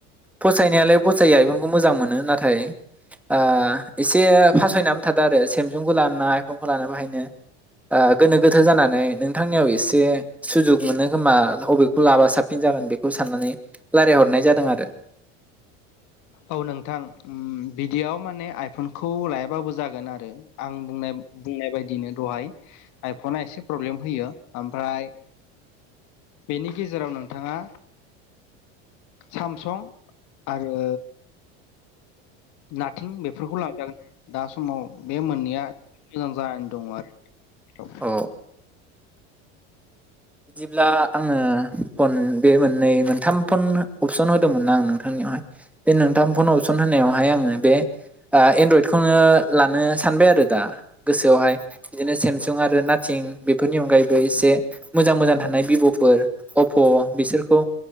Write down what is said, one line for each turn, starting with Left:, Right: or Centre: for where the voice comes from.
Centre: फसायनायालाय फसायो आइफनखौ मोजां मोनो नाथाय ओ एसे फासायनानै थादों आरो सेमसुंखौ लाना आइफनखौ लानो बाहायनो गोनो गोथो जानानै नोंथांनियाव एसे सुजुग मोनो खोमा बबेखौ लाबा साबसिन जागोन बेखौ साननानै रायल्लायहरनाय जादों आरो
Left: औ नोंथां बिदियाव माने आइफनखौ लायाबाबो जागोन आरो आं बुंनाय बुंनाय बायदिनो दहाय आइफना एसे प्रब्लेम होयो ओमफ्राय बेनि गेजेराव नोंथाङा सामसं आरो नाथिं बेफोरखौ लाजागोन दा समाव बे मोननैया मोजां जानानै दङ आरो
Centre: अ बिदिब्ला आङो फन बे मोननै मोनथाम फन अपसन होदोंमोनना आं नोंथांनियावहाय बे नोंथाम फन अपसन होनायावहाय आङो बे एनड्रइदखौनो लानो सानबाय आरो दा गोसोआवहाय बिदिनो सेमसुं आरो नाथिं बेफोरनि अनगायैबो एसे मोजां मोजां थानाय भिभ'फोर अप्प' बिसोरखौ